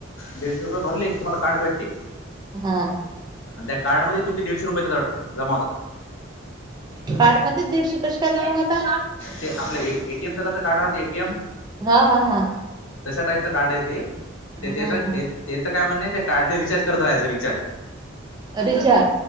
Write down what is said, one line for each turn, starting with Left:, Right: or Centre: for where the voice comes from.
Left: दीडशे रुपये भरले की तुम्हांला कार्ड भेटते.
Right: हा.
Left: आणि त्या कार्डमध्ये तुमची दीडशे रुपये येत्यात. जमा होतात.
Right: कार्डमध्ये दीडशे कशे काय जमा होतात?
Left: ते आपलं हे एटीएमच कसं कार्ड राहते. एटीएम.
Right: हा हा हा.
Left: तशा टाईपचं कार्डे ते. तेच
Right: हा हा
Left: तेचं काय म्हणणं ते कार्डले रिचार्ज करत राहायचं. रिचार्ज.
Right: अ रीच्या